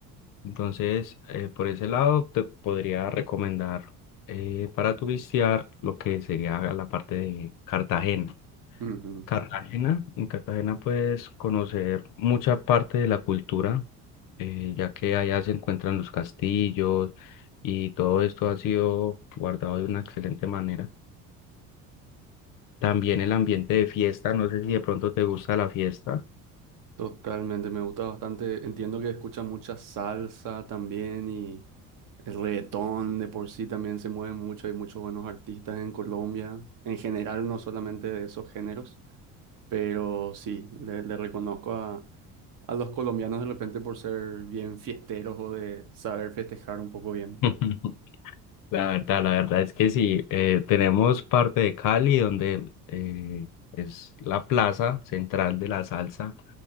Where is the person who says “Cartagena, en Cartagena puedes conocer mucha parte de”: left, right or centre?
Left